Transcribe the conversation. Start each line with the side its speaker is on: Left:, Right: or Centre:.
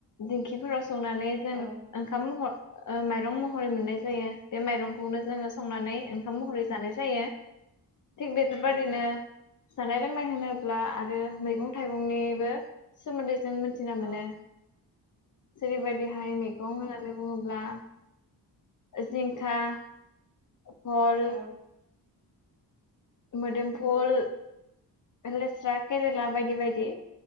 Left: दिंखिफोराव सौनानै जों
Right: ओ
Left: ओंखाम महर ओ माइरं महरै मोननाय जायो। बे माइरं खौनो जों संनानै ओंखाम महरै जानाय जायो। थिग बेफोरबादिनो
Right: ओं
Left: जानाय लोंनाय होनोब्ला आरो मैगं थाइगंनिबो सोमोन्दै जों मिथिना
Right: औ
Left: मोनो। जेरैबायदिहाय
Right: उम
Left: मैगं होनना नै बुङोब्ला जिंखा फथ'ल
Right: औ
Left: मोदोमफुल लेस्रा, केरेला बायदि बायदि।